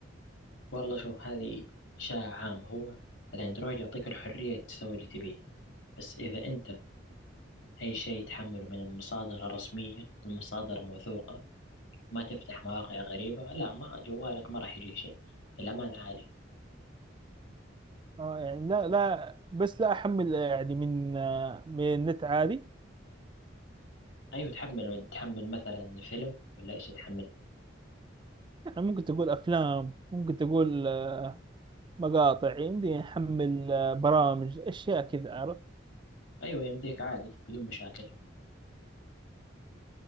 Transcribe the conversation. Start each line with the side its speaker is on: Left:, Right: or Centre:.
Left: والله شوف هذه إشاعة عامة هو الأندرويد يعطيك الحرية تسوي اللي تبيه بس إذا أنت أي شيء يتحمله من مصادر رسمية المصادر موثوقة ما تفتح مواقع غريبة لا ما جوالك ما راح يجيه شيء الأمان عالي
Right: آه، يعني لا لا بس لا أحمل يعني من آه، من النت عادي
Left: أيوة تحمل من تحمل مثلا فيلم ولا إيش تحمل
Right: يعني ممكن تقول أفلام ممكن تقول آه، مقاطع يمديني أحمل آه، برامج أشياء كذا عرفت
Left: أيوة يمديك عادي بدون مشاكل